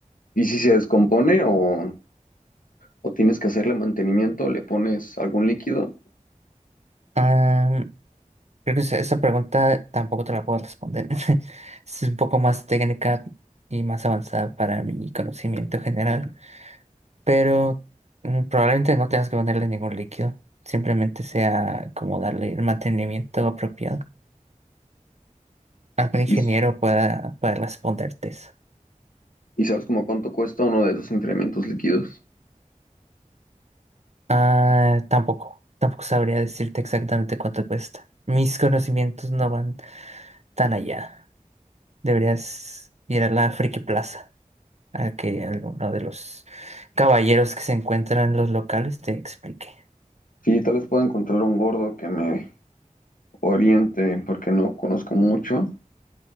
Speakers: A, on the left; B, on the right.
A: ¿Y si se descompone o, o tienes que hacerle mantenimiento, le pones algún líquido
B: Ah, creo que esa esa pregunta tampoco te la puedo responder. <laughs> Es un poco más técnica y más avanzada para mi conocimiento general. Pero mm, probablemente no tengas que ponerle ningún líquido. Simplemente sea como darle el mantenimiento apropiado. Algún ingeniero
A: y, s-
B: pueda, pueda responderte eso.
A: y sabes como cuánto cuesta uno de esos enfriamientos líquidos?
B: Ah, tampoco, tampoco sabría decirte exactamente cuánto cuesta. Mis conocimientos no van tan allá. Deberías ir a la Friki Plaza, a que alguno de los caballeros que se encuentran en los locales te explique.
A: Sí, tal vez pueda encontrar un gordo que me oriente porque no conozco mucho.